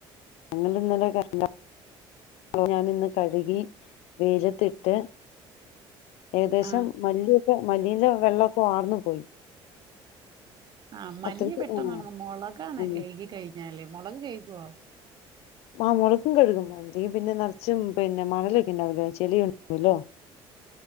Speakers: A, on the left (about 80°); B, on the right (about 45°).
A: ഞങ്ങളിന്നല്ലേ <unintelligible> ഞാൻ ഇന്ന് കഴുകി വെയിലത്തിട്ട് ഏകദേശം
B: ആഹ്
A: മല്ലിയൊക്കെ മല്ലീന്റെ വെള്ളക്കെ വാർന്നു പോയി.
B: ആഹ് മല്ലി
A: അത്രയ്ക്ക്
B: പെട്ടന്ന്
A: ആ
B: ഒണങ്ങും. മൊളകാണ്
A: ആ
B: കഴികി കഴിഞ്ഞാല് മൊളക് കഴികുവോ?
A: ആഹ് മൊളകും കഴുകും. അല്ലെങ്കി പിന്നെ നെറച്ചും പിന്നെ മണലൊക്കെ ഉണ്ടാവലോ ചെളിയൊക്കെ ഉണ്ടാവല്ലോ.